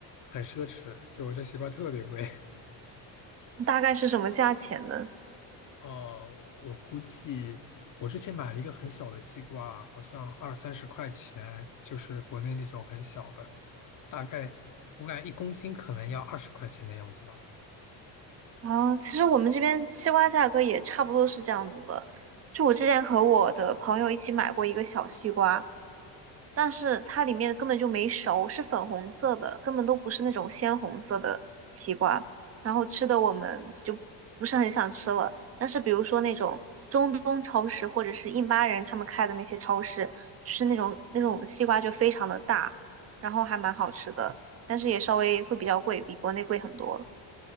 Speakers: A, on the left; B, on the right.
A: 很奢侈，就我这西瓜特别贵。
B: 大概是什么价钱呢？
A: 哦，我估计我之前买了一个很小的西瓜，好像二三十块钱，就是国内那种很小的，大概我感觉一公斤可能要二十块钱的样子吧。
B: 啊，其实我们这边西瓜价格也差不多是这样子的。就我之前和我的朋友一起买过一个小西瓜，但是它里面根本就没熟，是粉红色的，根本都不是那种鲜红色的西瓜。然后吃的我们就不是很想吃了。但是比如说那种中东超市或者是印巴人他们开的那些超市，就是那种那种西瓜就非常的大，然后还蛮好吃的，但是也稍微会比较贵，比国内贵很多。